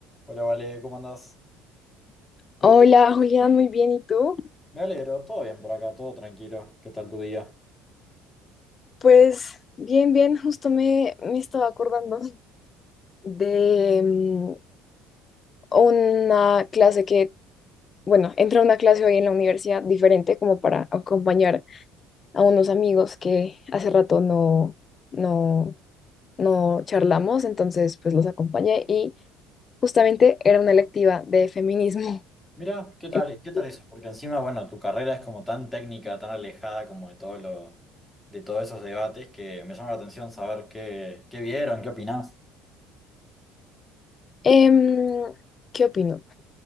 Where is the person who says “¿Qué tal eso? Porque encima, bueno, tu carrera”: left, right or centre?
Centre